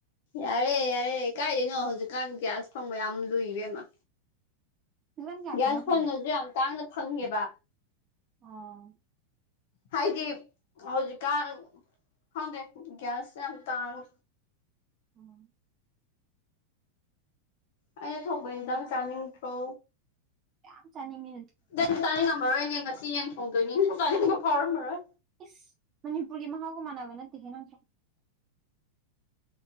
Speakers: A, on the left; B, on the right.
A: ꯌꯥꯔꯦ ꯌꯥꯔꯦ ꯀꯥꯏꯗꯩꯅꯣ ꯍꯧꯖꯤꯛꯀꯥꯟ ꯒ꯭ꯌꯥꯁ ꯐꯪꯕ ꯌꯥꯝ ꯂꯨꯏ ꯏꯕꯦꯝꯃ
B: ꯍꯧꯖꯤꯛꯀꯥꯟ ꯀꯌꯥ
A: ꯒ꯭ꯌꯥꯁ
B: ꯄꯤꯅꯈ꯭ꯔꯒꯦ
A: ꯐꯪꯉꯁꯨ ꯌꯥꯝ ꯇꯥꯡꯅ ꯐꯪꯉꯦꯕ
B: ꯑꯣ
A: ꯍꯥꯏꯗꯤ ꯍꯧꯖꯤꯛꯀꯥꯟ ꯈꯪꯗꯦ ꯒ꯭ꯌꯥꯁ ꯌꯥꯝ ꯇꯥꯡꯉꯦ
B: ꯎꯝ
A: ꯑꯩꯅ ꯊꯣꯡꯕ ꯏꯟꯁꯥꯡ ꯆꯥꯅꯤꯡꯗ꯭ꯔꯣ
B: ꯌꯥꯝ ꯆꯥꯅꯤꯡꯉꯦ
A: ꯅꯪꯗꯤ ꯆꯥꯅꯤꯡꯉꯝꯃꯔꯣꯏꯅꯦ ꯉꯁꯤ ꯌꯦꯟ ꯊꯣꯡꯗꯣꯏꯅꯤꯅ ꯆꯥꯅꯤꯡꯕ ꯐꯥꯎꯔꯝꯃꯔꯣꯏ
B: ꯏꯁ ꯃꯅꯤꯄꯨꯔꯒꯤ ꯃꯍꯥꯎꯒ ꯃꯥꯟꯅꯕ ꯅꯠꯇꯦꯍꯦ ꯅꯪꯁꯨ